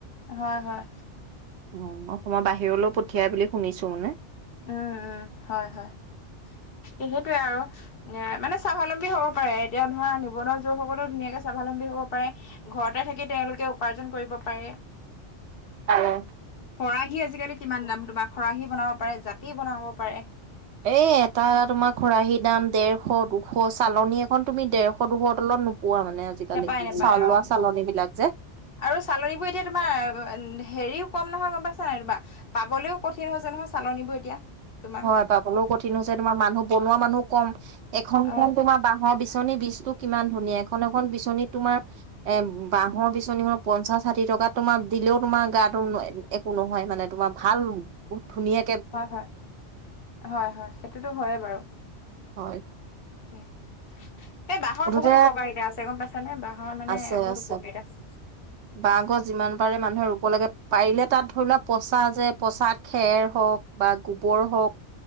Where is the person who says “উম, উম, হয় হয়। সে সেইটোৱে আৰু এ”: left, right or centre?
Left